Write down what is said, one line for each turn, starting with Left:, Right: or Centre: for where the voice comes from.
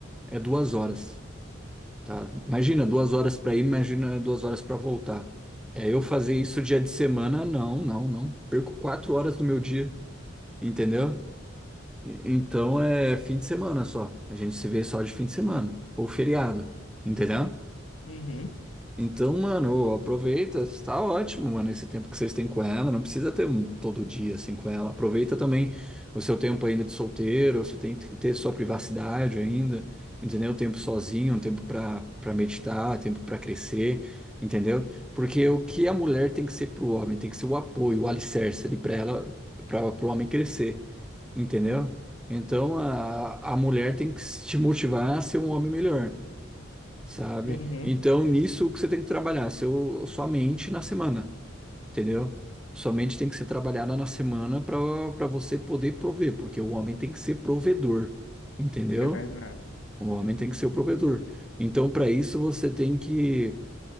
Centre: é duas horas. tá? Imagina duas horas para ir, imagina duas horas para voltar. É, eu fazer
Left: Uhum.
Centre: isso dia de semana, não, não, não. Perco quatro horas do meu dia, entendeu? E- Então é fim de semana só. A gente se vê só de fim de semana ou feriado, entendeu?
Left: Uhum.
Centre: Então, mano, aproveita, está ótimo, mano, esse tempo que vocês têm com ela, não precisa ter um- todo dia assim com ela. Aproveita também o seu tempo ainda de solteiro, você tem que ter sua privacidade ainda, entendeu? Um Tempo sozinho, um tempo para para meditar, um tempo para crescer, entendeu? Porque o que a mulher tem que ser pro homem, tem que ser o apoio, o alicerce ali para ela, para pro homem crescer, entendeu? Então, a, a mulher tem que te motivar a ser um homem melhor. Sabe?
Left: Uhum.
Centre: Então, nisso, o que você tem que trabalhar? Seu, sua mente na semana, entendeu? Sua mente tem que ser trabalhada na semana para para você poder prover, porque o homem tem que ser provedor, entendeu?
Left: É verdade.
Centre: O homem tem que ser o provedor. Então, para isso, você tem que